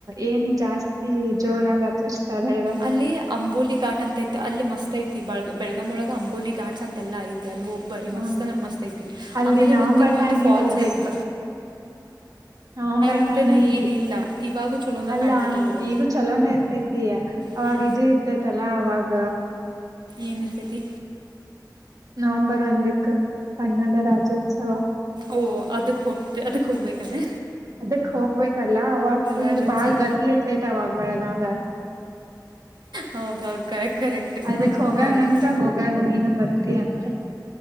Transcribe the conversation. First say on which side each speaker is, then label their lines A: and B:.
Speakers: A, on the right; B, on the right.
A: ಏನ್ ಜಾಸ್ತಿ ಜೋರಾಗಿ ಆಚರಿಸುತ್ತಾರೆ ಹೇಳ
B: ಅಲ್ಲಿ ಅಂಬೋಲಿ ಘಾಟ್ ಅಂತ ಐತಿ ಅಲ್ಲಿ ಮಸ್ತ್ ಐತಿ ಬೆಳ ಬೆಳಗಮ್ ಒಳಗ ಅಂಬೋಲಿಘಾಟ್ಸ್ ಅಂತ ಎಲ್ಲಾ ಐತಿ ಅಲ್ಲಿ ಹೋಗ ಬರಿ ಮಸ್ತ್
A: ಹ
B: ಅಂದ್ರೆ ಮಸ್ತ್ ಐತಿ
A: ಅಲ್ಲಿ
B: ಆಮೇಲೆ
A: ನವಂಬರ್
B: ಮತ್ತು ಇನ್ನೊಂದು
A: ಟೈಮಿಗೆ
B: ಫಾಲ್ಸ್
A: ಹೋಗ್ಬೇಕ
B: ಐತೆ
A: ನವಂಬರ್
B: ಅಂತೇನ
A: ಟೈಮ್ಗ
B: ಏನಿಲ್ಲ ಇವಾಗೂ ಚಲೋನ
A: ಅಲ್ಲ
B: ಕಾಣ್ತೈತೈತಿ ಅದು
A: ಈಗೂ ಚಲೋನ ಇರ್ತೈತಿ ಅವಾಗ
B: ಹ್ಞೂ
A: ಇದು ಇರ್ತೈತಲ್ಲ ಅವಾಗ
B: ಏನ್ ಇರತೈತಿ
A: ನವಂಬರ್ ಒಂದಕ್ಕ ಕನ್ನಡ ರಾಜ್ಯೋತ್ಸವ
B: ಓಹ ಅದಕ್ಕೆ ಹೋಗ್ತ ಅದಕ್ಕೆ ಹೋಗಬೇಕೇನ
A: ಅದಕ್ ಹೋಗ್ಬೇಕಲ್ಲ ಅವಾಗ ಫುಲ್
B: ರಾಜ್ಯೋತ್ಸವ
A: ಬಾಳ್ ಗದ್ಲಿ ಇರ್ತೈತೆ ಅವಾಗ ಬೆಳಗಾವ್ದಾಗ
B: ಹೌದು ಹೌದು ಕರೆಕ್ಟ್ ಕರೆಕ್ಟ್
A: ಅದಕ್ ಹೋಗಣಂದ್ರ
B: ಕರೆಕ್ಟ್
A: ಹೋಗಣ ನೀನು ಬರ್ತೀಯ ಬರ್ತೀಯ ಅಂದ್ರ